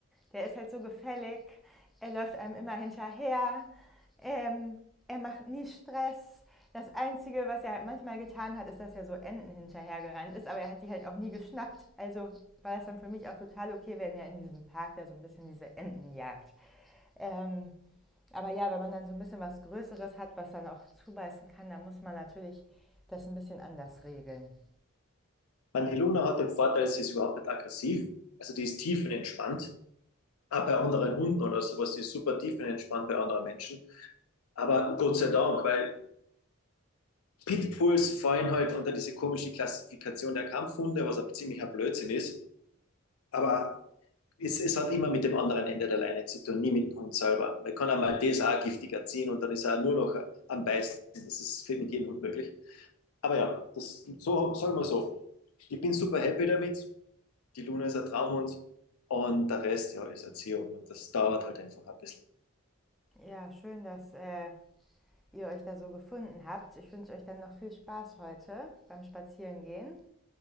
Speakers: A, in the centre; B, on the left.
A: Der ist halt so gefällig, er läuft einem immer hinterher, ähm, er macht nie Stress. Das Einzige, was er halt manchmal getan hat, ist, dass er so Enten hinterhergerannt ist, aber er hat die halt auch nie geschnappt. Also war das dann für mich auch total okay, wenn er in diesem Park da so ein bisschen diese Enten jagt. Ähm, Aber ja, wenn man dann so ein bisschen was Größeres hat, was dann auch zubeißen kann, dann muss man natürlich das ein bisschen anders regeln.
B: Man, die Luna hat den Vorteil, sie ist überhaupt nicht aggressiv. Also die ist tiefenentspannt. Auch bei anderen Hunden oder sowas, die ist super tiefenentspannt bei anderen Menschen. Aber Gott sei Dank, weil Pitbulls fallen halt unter diese komische Klassifikation der Kampfhunde, was ein ziemlicher Blödsinn ist. Aber Es, es hat immer mit dem anderen Ende der Leine zu tun, nie mit dem Hund selber. Man kann einmal das auch giftig erziehen und dann ist er nur noch am Beißen. Das ist mit jedem Hund möglich. Aber ja, das, so, sagen wir so. Ich bin super happy damit. Die Luna ist ein Traumhund und der Rest ja, ist Erziehung. Und das dauert halt einfach ein bisschen.
A: Ja, schön, dass äh, ihr euch da so gefunden habt. Ich wünsche euch dann noch viel Spaß heute beim Spazierengehen.